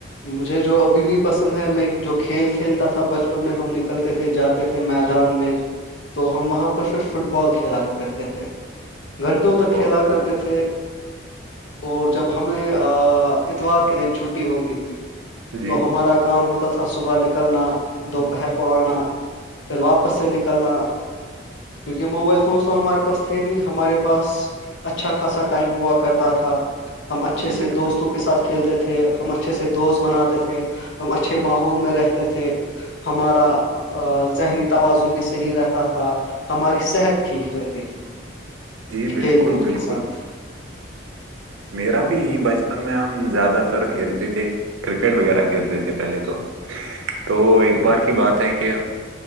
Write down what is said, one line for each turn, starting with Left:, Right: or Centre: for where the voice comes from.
Left: مجھے جو ابھی بھی پسند ہے میں جو کھیل کھیلتا تھا بچپن میں ہم نکلتے تھے جاتے تھے میدان میں تو ہم وہاں پر پھر فٹ بال کھیلا کرتے تھے گھنٹوں
Right: ہے
Left: تک کھیلا
Right: بہت خوب
Left: کرتے تھے اور جب ہمیں اتوار کے دن چھٹی ہوتی تھی
Right: جی
Left: تو ہمارا کام ہوتا س سا صبح نکلنا دوپہر کو آنا پھر واپس سے نکلنا کیونکہ موبائل فونس تو ہمارے پاس تھے نہیں ہمارے پاس اچھا خاصا ٹائم ہوا کرتا تھا ہم اچھے
Right: جی
Left: سے
Right: بالکل
Left: دوستوں کے ساتھ کھیلتے تھے ہم اچھے سے دوست بناتے تھے ہم اچھے ماحول میں رہتے تھے ہمارا ذہنی توازن بھی صحیح رہتا تھا ہماری صحت ٹھیک رہتی تھی
Right: جی بالکل
Left: کھیل کود
Right: بالکل
Left: کے ساتھ
Right: میرا بھی یہیں بچپن میں ہم زیادہ تر کھیلتے تھے کرکٹ وغیرہ کھیلتے تھے پہلے تو تو ایک بار کی بات ہے کہ